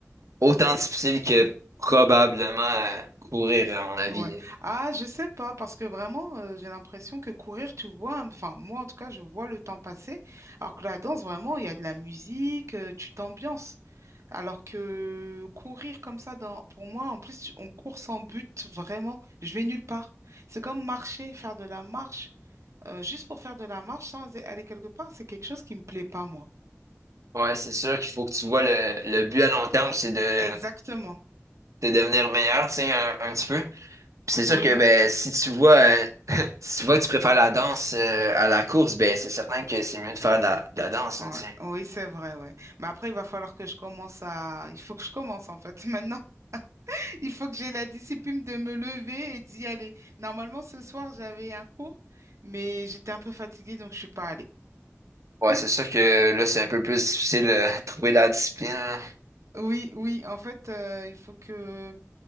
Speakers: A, on the right (about 85°); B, on the right (about 70°).
A: autant difficile que probablement euh, courir, à mon avis.
B: Ouais. Ah, je sais pas, parce que vraiment, euh, j'ai l'impression que courir, tu vois, hein, enfin, moi en tout cas, je vois le temps passer, alors que la danse, vraiment, il y a de la musique, euh, tu t'ambiances. Alors que courir comme ça, dans, pour moi, en plus, tu- on court sans but, vraiment, je vais nulle part. C'est comme marcher, faire de la marche, euh, juste pour faire de la marche sans aller quelque part, c'est quelque chose qui me plaît pas, moi.
A: Ouais, c'est sûr qu'il faut que tu vois le, le but à long terme, c'est de,
B: Exactement.
A: de devenir meilleur, tu sais, un, un petit peu. Puis c'est sûr
B: Oui,
A: que ben si tu vois euh, <laughs> si tu vois que tu préfères la danse euh, à la course, ben c'est certain que c'est mieux de faire de la, de la danse,
B: ouais.
A: hein, tu sais.
B: Oui, c'est vrai, ouais. Mais après, il va falloir que je commence à... Il faut que je commence, en fait, <laughs> maintenant. Il faut que j'ai la discipline de me lever et d'y aller. Normalement, ce soir, j'avais un cours, mais j'étais un peu fatiguée, donc je suis pas allée.
A: Ouais,
B: <laughs>
A: c'est sûr que là, c'est un peu plus difficile euh, <laughs> de trouver la discipline. là.
B: Oui, oui, en fait, euh, il faut que...